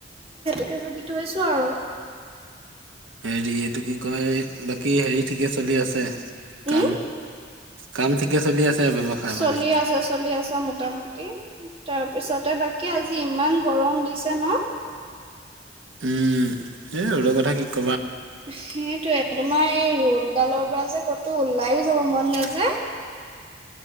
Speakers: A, on the right (about 30°); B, on the right (about 85°).
A: তে ভাবি থৈছো আৰু।
B: হেৰি এইটো কি কয় বাকী হেৰি ঠিকে চলি আছে কাম।
A: উম
B: কাম ঠিকে চলি আছে। ব্যৱসায়
A: চলি
B: বাণিজ্য।
A: আছা চলি আছা মোটামুটি। তাৰপিছতে বাকী আজি ইমান গৰম দিছে ন।
B: উম এ ৰদৰ কথা কি ক।
A: সেইটোে তোমাৰ এই ৰ'দ ডালৰ পৰা যে ক'তো ওলাইো যাব মন নাযায়।